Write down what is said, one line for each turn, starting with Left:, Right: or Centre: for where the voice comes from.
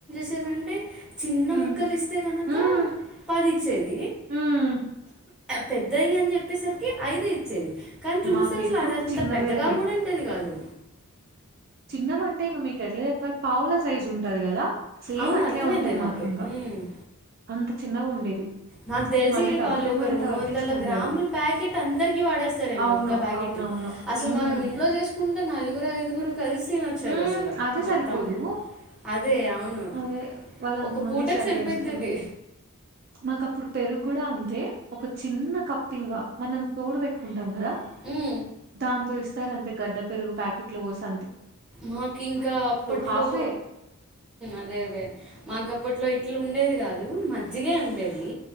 Centre: లేదంటే చిన్న
Right: ఉమ్
Centre: ముక్కలు ఇస్తే గనక
Right: ఉమ్
Centre: పాది ఇచ్చేది.
Right: ఉమ్
Centre: పెద్దయ్యి అని చెప్పేసరికి ఐదె ఇచ్చేది. కానీ చూస్తే
Right: మాకు
Centre: అసలు
Right: ఎప్పుడు
Centre: అదంత
Right: చిన్నవేలే
Centre: పెద్దగా కూడా ఉండేది కాదు.
Right: చిన్నవి అంటే ఇంగా మీకు ఎట్లా చెప్పాలి పావుల సైజు ఉంటది కదా సేమ్
Centre: అవును
Right: అట్లే
Centre: అర్థమైంది
Right: ఉంటాయి
Centre: నాకు
Right: మాకు ఇంగా
Centre: మ్మ్.
Right: అంత చిన్నగా ఉండేవి
Centre: నాకు తెలిసి
Right: మళ్ళీ డబ్బులేమో
Centre: వాళ్ళు ఒక
Right: ఇంత
Centre: రెండు
Right: కట్టించుకుంటారు
Centre: వందల గ్రాముల ప్యాకెట్ అందరికి వాడేస్తారేమో
Right: అవును
Centre: ఒక్క ప్యాకెట్
Right: అవునవును
Centre: అసలు
Right: ఉమ్,
Centre: మనం ఇంట్లో చేసుకుంటే నలుగురు ఐదుగురు కలిసి వచ్చారు
Right: ఉమ్,
Centre: అసలు
Right: అదే
Centre: మొత్తం
Right: సరిపోదు
Centre: అదే అవును
Right: అదే వాళ్ళు అంతమందికి
Centre: ఒక పూటకు
Right: సరి
Centre: సరిపోయితది
Right: చేస్తారు మాకు అప్పుడు పెరుగు కూడా అంతే ఒక చిన్న కప్పింగా మనం తోడు పెట్టుకుంటాం కదా
Centre: అది
Right: దాంతో ఇస్తార అంతే గడ్డ పెరుగు ప్యాకెట్లు ఓసి
Centre: మాకు ఇంకా అప్పట్లో
Right: హాఫే
Centre: అదే అదే మాకు అప్పట్లో ఇట్లా ఉండేది కాదు మజ్జిగ ఉండేది